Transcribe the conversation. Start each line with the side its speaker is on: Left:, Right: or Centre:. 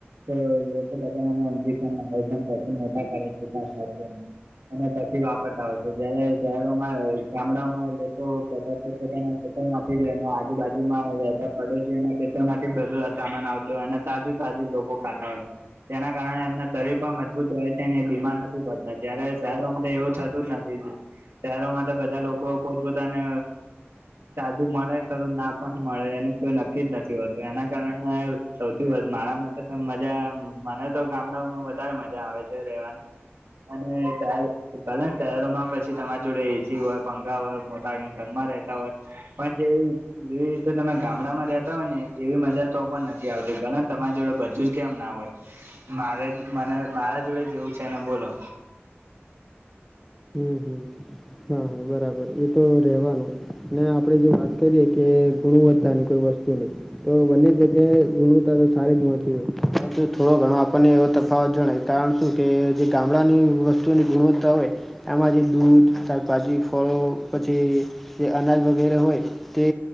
Right: તો લોકો બધામા આમભી <unintelligible> પછી મોટા કરે છે, <unintelligible> અને પછી વાપત આવે છે, જયારે શહેરોમાં ગામડાઓમાં લોકો બધા પોત પોતાના ખેતર માંથીજ અને આજુબાજુમાં રહેતા પડોસીઓને ખેતર માંથી બધું સામાન આવત તો એને તાજુ તાજુ લોકો ખાતા હોય, જેના કારણે એમના શરીર પણ મજબૂત રહે છે, ને એ બીમાર નથી પડતા. જય્યારે શહેરો માટે એવું થતું જ નથી. શહેરો માટે બધા લોકો પોતપોતાને તાજું મળે ખરું, ના પણ મળે, એનું કોઈ નક્કીજ નથી હોતું, એના કારણે સૌથી વધ મારામાં તો મજા, મને તો ગામડાઓમાં વધારે મજા આવે છે રેવાની. અને પેલ ભલે ને શહેરોમાં પછી તમારી જોડે એસી હોય પંખા હોય મો તા હોટલમાં રહેતા હોય, પણ જે જેવી રીતે તમે ગામડામાં રહેતા હોય ને, એવી મજા તો પણ નથી આવતી, ભલે તમારી જોડે બધું જ કેમ ના હોય. મારેજ મને મારા જોડેજ એવું છેને બોલો.
Centre: હમ્મ હમ્મ હમ્મ હમ્મ બરાબ રાબર એ તો રવાનું, ને આપડે જે વાત કરીએે કે ગુણવત્તાની, કોઈ વસ્તુની તો બંને જગ્યાએ ગુણવત્તા તો સારી જ મળતી હોય, પરંતુ થોડો ઘણો આપણને એવો તફાવત જણાય કારણ શું કે, જે ગામડાની વસ્તુઓની ગુણવત્તા હોય એમાં જે દૂધ, શાકભાજી ફળો પછી જે અનાજ વગેરે હોય તે